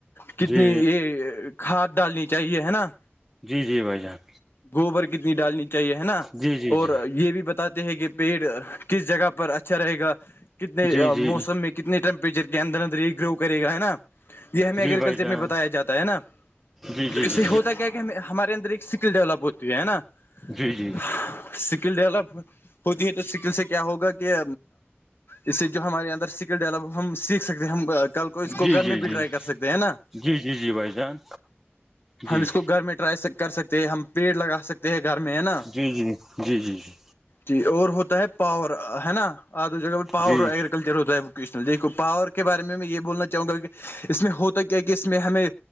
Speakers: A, on the left; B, in the centre.
A: کتنی
B: جی
A: یہ کھاد ڈالنی چاہیے ہے نا
B: جی جی بھائی جان
A: گوبر کتنی ڈالنی چاہیے ہے نا
B: جی جی
A: اور
B: جی
A: یہ بھی بتاتے ہیں کہ پیڑ کس جگہ پر اچھا رہے گا کتنے
B: جی جی
A: موسم میں کتنے ٹمپریچر کے اندر اندر ہی گرو کرے گا ہے نا یہ ہمیں
B: جی
A: ایگریکلچر
B: بھائی جان
A: میں بتایا جاتا ہے نا
B: جی جی
A: تو
B: جی
A: اس سے ہوتا کیا کیا ہمارے اندر ایک اسکل ڈیولپ ہوتی ہے نا
B: جی جی
A: اسکل ڈیولپ ہوتی ہے تو اسکل سے کیا ہوگا کہ اس سے جو ہمارے اندر اسکل ڈیولپ ہم سیکھ سکتے ہیں ہم کل کو
B: جی
A: اس کو گھر
B: جی
A: میں بھی ٹرائی
B: جی
A: کر سکتے ہے نا
B: جی جی جی بھائی جان جی
A: ہم اس کو گھر میں ٹرائی کر سکتے ہیں ہم پیڑ لگا سکتے ہیں گھر میں ہے نا
B: جی جی جی جی جی
A: جی اور ہوتا ہے پاور ہے نا آدو جگہ پاور
B: جی
A: اور ر ہوتا ہےوکیشنلیکھو پاور کے بارے میں یہ بولنا چاہوں گا کہ اس میں ہوتا کیا کہ اس میں ہمیں